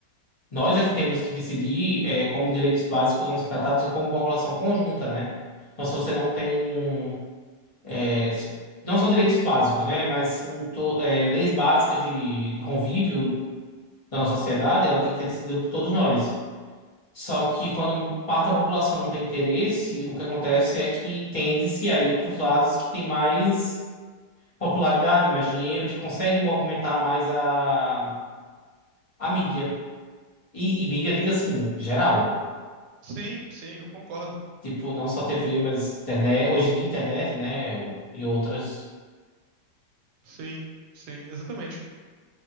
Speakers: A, on the left; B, on the right.
A: nós é que temos que decidir é, como direitos básicos vão ser tratados e como população conjunta, né? Então, se você não tem, é, se- não só direitos básicos, né? Mas sim, to- é, leis básicas de, de convívio da nossa sociedade, ela tem que ser decidida por todos nós. Só que quando parte da população não tem interesse, o que acontece é que tende-se a ir para os lados que tem mais popularidade, mais dinheiro, que conseguem movimentar mais a, a mídia. E, e mídia, digo assim, geral.
B: Sim, sim, eu concordo.
A: Tipo, não só TV, mas internet. Hoje em dia, internet, né? E outras.
B: Sim, sim, exatamente.